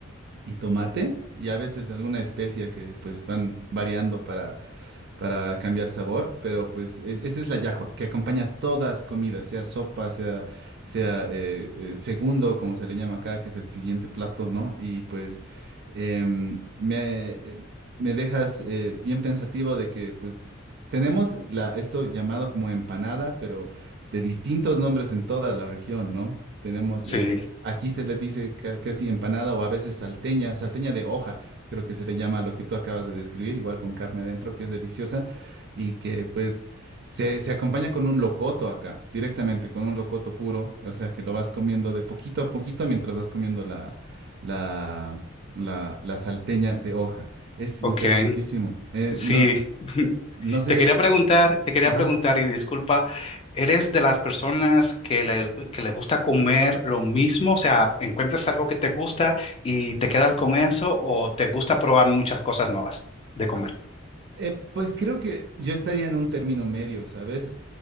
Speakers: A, on the right (about 55°); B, on the left (about 30°).
A: y tomate y a veces alguna especia que pues van variando para para cambiar sabor, pero pues es- esta es la llajua, que acompaña todas comidas, sea sopa, sea, sea eh, eh, segundo, como se le llama acá, que es el siguiente plato, ¿no? Y pues em, me, me dejas eh, bien pensativo de que pues tenemos la, esto llamado como empanada, pero de distintos nombres en toda la región, ¿no? Tenemos,
B: Sí,
A: eh, aquí se le dice ca- casi empanada o a veces salteña, salteña de hoja creo que se le llama lo que tú acabas de describir, igual con carne adentro, que es deliciosa y que pues se, se acompaña con un locoto acá, directamente, con un locoto puro, o sea que lo vas comiendo de poquito a poquito mientras vas comiendo la, la, la, la salteña de hoja. Es interesantísimo.
B: ok,
A: Eh,
B: sí.
A: no,
B: <laughs>
A: no sé,
B: Te quería preguntar, te quería
A: ajá.
B: preguntar y disculpa, ¿eres de las personas que le, que le gusta comer lo mismo? O sea, ¿encuentras algo que te gusta y te quedas con eso o te gusta probar muchas cosas nuevas de comer?
A: Eh, pues creo que yo estaría en un término medio, ¿sabes?